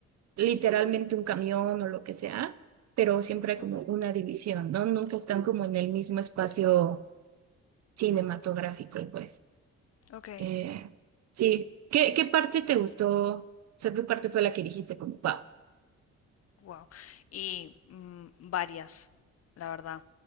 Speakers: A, on the right (about 60°); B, on the left (about 55°).
A: literalmente un camión o lo que sea, pero siempre hay
B: Ujú.
A: como una división, ¿no? Nunca están como en el mismo espacio cinematográfico, pues.
B: ok.
A: Eh, sí, ¿qué, qué parte te gustó? O sea, ¿qué parte fue la que dijiste como, wow
B: Wow. Y mm, varias, la verdad.